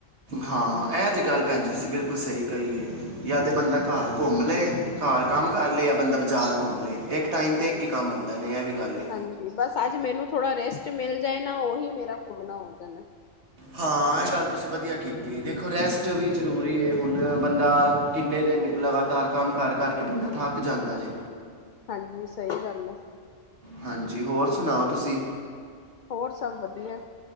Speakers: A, on the right; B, on the left.
A: ਹਾਂ, ਇਹ ਤੇ ਗੱਲ ਭੈਣ ਜੀ ਤੁਸੀਂ ਬਿਲਕੁਲ ਸਹੀ ਕਹੀਏ, ਜਾਂ ਤੇ ਬੰਦਾ ਘਰ ਘੁੰਮ ਲਏ, ਘਰ ਕੰਮ ਕਰ ਲਏ ਜਾਂ ਬੰਦਾ ਬਾਜ਼ਾਰ ਘੁੰਮ ਲਏ, ਇੱਕ ਟਾਈਮ ਤੇ ਇੱਕ ਹੀ ਕੰਮ ਹੁੰਦਾ ਏ ਐ ਵੀ। ਗੱਲ ਏ
B: ਹਾਂਜੀ, ਬਸ ਅੱਜ ਮੈਨੂੰ ਥੋੜਾ ਰੈਸਟ ਮਿਲ ਜਾਏ ਨਾ ਉਹੀ ਮੇਰਾ ਪੂਨਮਾ ਹੋ ਜਾਣਾ।
A: ਹਾਂ ਇਹ ਗੱਲ ਤੁਸੀਂ ਵਧੀਆ ਕੀਤੀ ਅਤੇ ਦੇਖੋ ਰੈਸਟ ਵੀ ਜ਼ਰੂਰੀ ਹੁਣ ਬੰਦਾ ਕਿੰਨੇ ਦਿਨ ਲਗਾਤਾਰ ਕੰਮ ਕਾਰ ਕਰਕੇ ਦਾ ਥੱਕ ਜਾਂਦਾ ਜੇ
B: ਹਾਂਜੀ ਸਹੀ ਗੱਲ ਹੈ
A: ਹਾਂਜੀ ਹੋਰ ਸੁਣਾਓ ਤੁਸੀਂ
B: ਹੋਰ ਸਭ ਵਧੀਆ।